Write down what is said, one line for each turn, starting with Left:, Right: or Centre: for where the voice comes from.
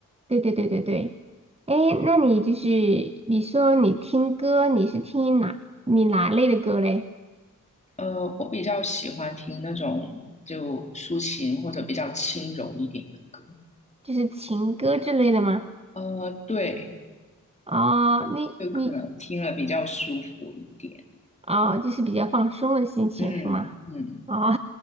Right: 对对对对对，哎，那你就是你说你听歌，你是听哪你哪类的歌嘞？
Left: 呃，我比较喜欢听那种就抒情或者比较轻柔一点的歌。
Right: 就是情歌之类的吗？
Left: 呃，对，
Right: 哦，你你
Left: 就可能听了比较舒服一点。
Right: 哦，就是比较放松的心情是吗？
Left: 嗯嗯。
Right: 哦，